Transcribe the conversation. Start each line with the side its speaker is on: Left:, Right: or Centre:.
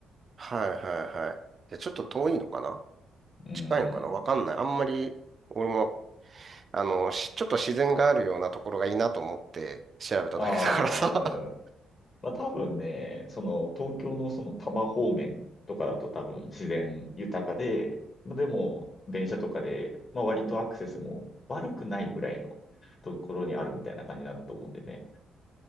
Right: はいはいはい。じゃあちょっと遠いのかな
Left: うん。
Right: 近いのかなわかんない。あんまり、俺も、あの、しちょっと自然があるようなところがいいなと思って調べただけだからさ。
Left: ああ、
Right: <laughs>
Left: まあ多分ね、その東京のその多摩方面とかだと多分自然豊かで、まあでも電車とかで、まあ割とアクセスも悪くないぐらいのところにあるみたいな感じなんだと思うんでね。